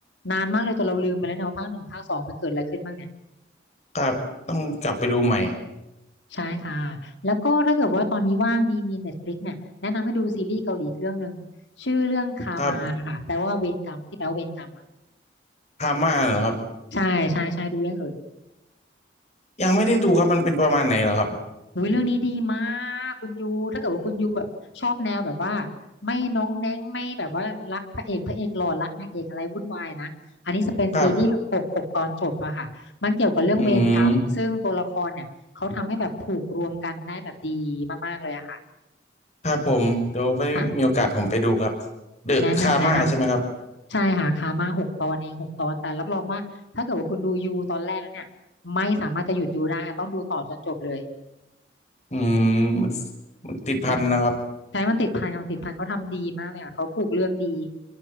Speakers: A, on the left; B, on the left.
A: นานมากเลยจนเราลืมไปแล้วเนอะว่าภาคหนึ่งภาคสองมันเกิดอะไรขึ้นบ้างเนี่ย
B: ครับต้องกลับไปดูใหม่
A: ใช่ค่ะแล้วก็ถ้าเกิดว่าตอนนี้ว่างมีมีเน็ตฟลิกเนี่ยแนะนำให้ดูซีรีส์เกาหลีอีกเรื่องหนึ่งชื่อเรื่องคามาค่ะแปลว่าเวรกรรมที่แปลว่าเวรกรรมอะ
B: ครับพาม่าเหรอครับ
A: ใช่ใช่ใช่ดูยังเอ่ย
B: ยังไม่ได้ดูครับมันเป็นประมาณไหนเหรอครับ
A: อุ้ยเรื่องนี้ดีมากคุณยูถ้าเกิดว่าคุณยูแบบชอบแนวแบบว่าไม่น้องแน้งไม่แบบว่ารักพระเอกพระเอกหล่อรักนางเอกอะไรวุ่นวายนะอันนี้จะเป็นซีรีส์แบบหกหกตอนจบอะค่ะมันเกี่ยวกับเรื่องเวรกรรมซึ่งตัวละครเนี่ยเขาทำให้แบบผูกรวมกันได้แบบดี
B: <coughs> ครับอืม
A: มากๆเลยอะค่ะ
B: ครับผมเดี๋ยวไปมีโอกาสผมไปดูครับ
A: ค่ะ
B: เดอะคาม่าใช่ไหมครับ
A: แนะนำแนะนำใช่ค่ะคามาหกตอนเองหกตอนแต่รับรองว่าถ้าเกิดว่าคุณดูยูตอนแรกแล้วเนี่ยไม่สามารถจะหยุดดูได้ค่ะต้องดูต่อจนจบเลย
B: อืมมันมันติดพันนะครับ
A: มันใช้มันติดพันค่ะมันติดพันเขาทำดีมากเลยค่ะเขาผูกเรื่องดี